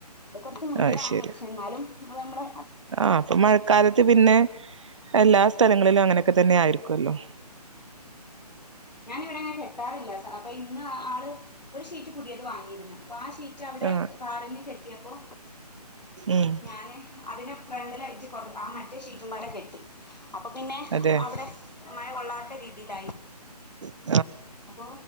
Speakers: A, on the left; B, on the right.
A: അത് കൊറ്ച്ച് മുന്നിലാണ്.
B: അയ് ശരി
A: എന്നാലും നമ്മൾ നമ്മളെ.
B: ആഹ് അപ്പൊ മഴക്കാലത്ത് പിന്നെ എല്ലാ സ്ഥലങ്ങളിലും അങ്ങനൊക്കെ തന്നെ ആയിരിക്കുല്ലോ.
A: ഞാന് ഇവിടെങ്ങെ കെട്ടാറില്ല അപ്പൊ ഇന്ന് ആള്. ഒരു ഷീറ്റ് പുതിയത് വാങ്ങിയിരുന്നു. അപ്പൊ ആ ഷീറ്റ്. റ്റ് അവിടെ
B: ആഹ്
A: കാറിന് കെട്ടിയപ്പോ
B: ഉം
A: ഞാന്. അതിനെ ഫ്രണ്ടിൽയിട്ട് കൊറ ആ മറ്റേ ഷീറ്റുംപാടെ കെട്ടി അപ്പൊ പിന്നെ
B: അതെ
A: അവിടെ. മഴ കൊള്ളാത്ത രീതിയിലായി.
B: ഉം
A: അപ്പോ